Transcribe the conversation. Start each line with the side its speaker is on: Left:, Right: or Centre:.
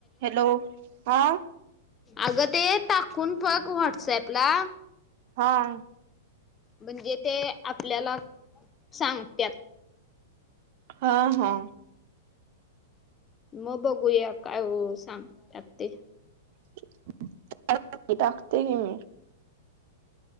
Right: Hello! हा.
Left: अगं ते टाकून बघ व्हॉट्सॲपला.
Right: हा.
Left: म्हणजे ते आपल्याला सांगत्यात.
Right: हा हा.
Left: मग बघूया काय सांगतात ते.
Right: <unintelligible> टाकते घे मे.